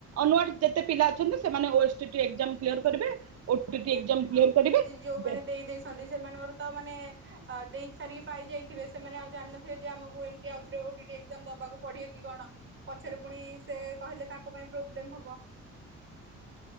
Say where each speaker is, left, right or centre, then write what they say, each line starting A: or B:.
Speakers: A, on the right; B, on the right.
A: ଅନଆ ଯେତେ ପିଲା ଅଛନ୍ତି ସେମାନେ କରିବେ ଓଟିଟି
B: ଆଜ୍ଞା
A: ଏକ୍ଜାମ କ୍ଲିୟର
B: ଆଉ
A: କରିବେ
B: ଏମିତି ଯୋଉମାନୋନ
A: ଦେ-
B: ଦେଇ ଦେଇେଇଛନ୍ତି ସେମାନଙ୍କର ତ ମାନେ ି ପାଇାଇିବେ ସେମାନେ ଜାିନଥିବେ ଯେ ଆମକୁଉବାକୁ ପିବ କି କଣ ପଛରେ ପୁଣି ସେ କହିଲେ ତାଙ୍କ ପାଇଁ ପ୍ରୋବ୍ଲେମ ହବ।